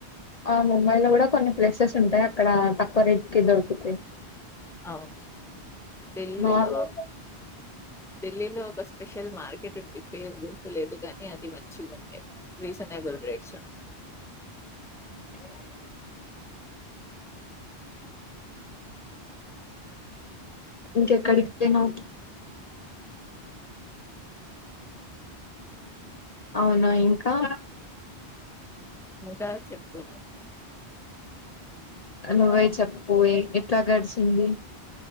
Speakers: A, on the left; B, in the centre.
A: హ ముంబైలో కూడా కొన్ని ప్లేసెస్ ఉంటాయి అక్కడ తక్కువ రేట్కి దొరుకుతాయి
B: అవును ఢిల్లీలో
A: నార్మల్గా
B: ఢిల్లీలో ఒక స్పెషల్ మార్కెట్ కేట్ ఉంది పేరు గుర్తులేదు కానీ అది మంచిగా ఉంటేయి రీజనబుల్ రేట్స్ ఉంటాయి <inaudible>
A: <inaudible> ఇంకెక్కడికి పోయినావు
B: <inaudible>
A: అవునా ఇంకా
B: ఇంకా చెప్పు నువ్వే
A: నువే చెప్పు ఎట్లా గడిచింది